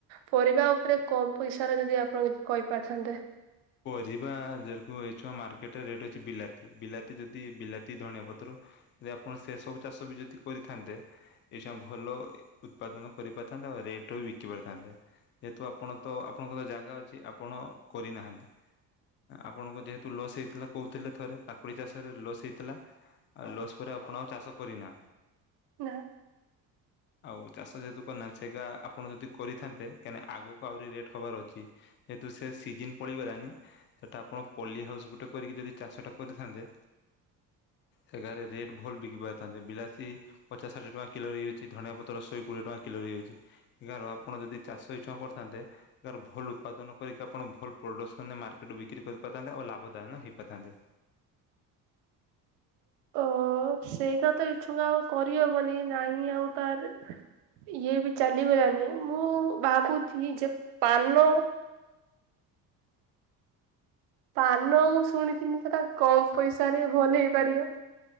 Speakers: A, on the right (about 55°); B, on the left (about 25°).
A: ପରିବା ଉପରେ କମ୍ ପଇସା ର ଯଦି ଆପଣ କିଛି କହିପାରିଥାନ୍ତେ।
B: ପରିବା ଯେର୍ କୁ ହେଇଛୁ ମାର୍କେଟ୍ ରେ ରେଟ୍ ଅଛି ବିଲାତି ବିଲାତି ଯଦି ବିଲାତି, ଧଣିଆ ପତ୍ର ଯଦି ଆପଣ ସେ ସବୁ ଚାଷ ବି ଯଦି କରିଥାନ୍ତେ ଏ ସମୟରେ ଭଲ ଏ ଉତ୍ପାଦନ କରି ପାରିଥାନ୍ତେ ଆଉ ରେଟରେ ବି ବିକି ପାରିଥାନ୍ତେ। ଯେହେତୁ ଆପଣ ତ ଆପଣଙ୍କର ଜାଗା ଅଛି ଆପଣ କରିନାହାନ୍ତି। ଆପଣଙ୍କ ଯେହେତୁ ଲସ୍ ହେଇଥିଲା କହୁଥିଲେ ଥରେ କାକୁଡ଼ି ଚାଷରେ ଲସ୍ ହେଇଥିଲା। ଆଉ ଲସ୍ ପରେ ଆପଣ ଆଉ ଚାଷ କରିନା।
A: ନା।
B: ଆଉ ଚାଷ ଯେହେତୁ କରିନାହାନ୍ତି ସେଇଟା ଆପଣ ଯଦି କରିଥାନ୍ତେ କେନେ ଆଗକୁ ଆହୁରି ରେଟ୍ ହବାର ଅଛି। ଯେହେତୁ ସେ ସିଜିିନ୍ ପଳିଗଲାନି ସେଟା ଆପଣ ପଲି ହାଉସ୍ ଗୋଟେ କରିକି ଯଦି ଚାଷଟା କରିଥାନ୍ତେ ସେ ଘାରେ ରେଟ୍ ଭଲ୍ ବିକି ପାରିଥାନ୍ତେ ବିଲାତି ପଚାସ୍ ଷାଠିଏ ଟଙ୍କା କିଲୋ ବି ହେଇଯାଉଚି ଅଛି ଧଣିଆ ପତ୍ର ଶହ କୋଡ଼ିଏ ଟଙ୍କା କିଲୋ ହେଇଯାଉଚି। ଏହାର ଆପଣ ଯଦି ଚାଷ ଇଛଁ କରିଥାନ୍ତେ ଏହାର ଭଲ୍ ଉତ୍ପାଦନ କରିକି ଆପଣ ଭଲ୍ ପ୍ରଡ଼କ୍ସ୍ ମାନେ ମାର୍କେଟ୍ ବିକ୍ରି କରି ପାରି ଥାନ୍ତେ ଆଉ ଲାଭଦାୟନ ହେଇପାରଥାନ୍ତେ।
A: ଓ ସେଇଟା ତ ଇଛୁକା ଆଉ କରିହବନି ନାହିଁ ଆଉ ତାରେ ଇଏ ବି ଚାଲିଗଲାନି ମୁଁ ଭାବୁଛିି ଯେ ପାନ ପାନ ମୁଁ ଶୁଣିଥିନି ସେଟା କମ୍ ପଇସାରେ ଭଲ୍ ହେଇପାରିବ।